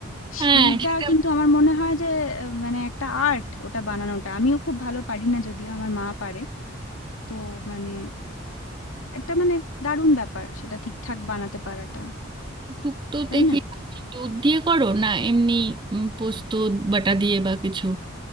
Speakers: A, on the right; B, on the left.
A: হ্যাঁ
B: সেইটা
A: সেটা
B: কিন্তু আমার মনে হয় যে আহ, মানে একটা আর্ট ওটা বানানোটা আমিও খুব ভালো পারি না যদিও আমার মা পারে তো মানে একটা মানে দারুণ ব্যাপার সেটা ঠিকঠাক বানাতে পারাটা
A: শুক্তোতে
B: তাই না
A: কি তুমি দুধ দিয়ে করো না এমনি উম, পোস্ত বাটা দিয়ে বা কিছু